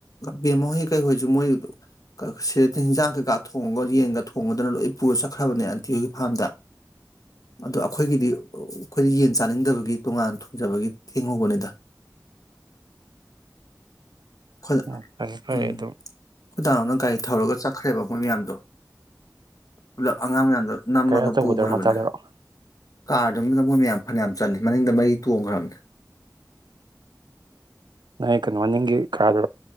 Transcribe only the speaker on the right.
ꯑꯣ ꯐꯔꯦ ꯐꯔꯦ
ꯑꯗꯨꯝ
ꯒꯥꯔꯤ ꯑꯆꯧꯕꯗꯔꯣ
ꯃꯆꯥꯗꯔꯣ
ꯅꯣꯏ ꯀꯩꯅꯣ ꯃꯅꯤꯡꯒꯤ ꯀꯥꯗꯨꯔꯣ